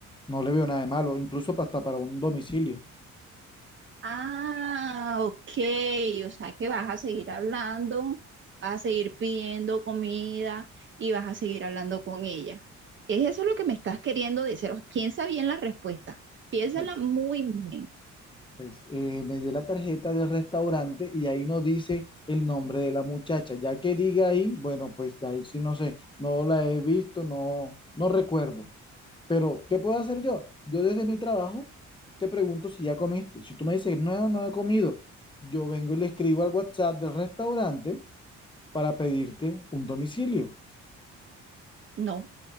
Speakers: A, on the left; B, on the right.
A: No le veo nada de malo, incluso pa- hasta para un domicilio.
B: Ah, ok, o sea que vas a seguir hablando, vas a seguir pidiendo comida y vas a seguir hablando con ella. ¿Es eso lo que me estás queriendo decir? O sea, piensa bien la respuesta, piénsala
A: Pues,
B: muy bien.
A: pues eh, me dio la tarjeta del restaurante y ahí no dice el nombre de la muchacha. Ya que diga ahí, bueno, pues ahí sí no sé, no la he visto, no, no recuerdo. Pero, ¿qué puedo hacer yo? Yo desde mi trabajo te pregunto si ya comiste. Si tú me dices, no, no he comido, yo vengo y le escribo al WhatsApp del restaurante para pedirte un domicilio.
B: No,